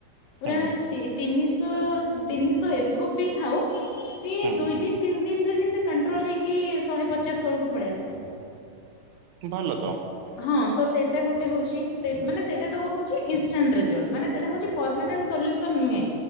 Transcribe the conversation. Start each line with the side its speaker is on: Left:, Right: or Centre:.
Left: ପୁରା
Right: ହୁଁ
Left: ତି ତିନିସ ତିନିସ ଏଭବ୍ ବି ଥାଉ ସି
Right: ହୁଁ
Left: ଦୁଇ ଦିନ୍ ତିନି ଦିନରେ ହିଁ ସେ କଣ୍ଟ୍ରୋଲ ହେଇକି ଶହେ ପଚାଶ ତଳକୁ ପଳେଇ ଆସେ।
Right: ଭଲ ତ।
Left: ହଁ ତ ସେଟା ଗୋଟେ ହଉଚି ସେ ମାନେ ସେଇଟା ତ ହେଉଛି ଇନଷ୍ଟାଣ୍ଟ ରେଜଲ୍ଟ ମାନେ ସେଟା ହଉଚି ପରମାନେଣ୍ଟ ସଲ୍ୟୁସନ୍ ନୁହେଁ।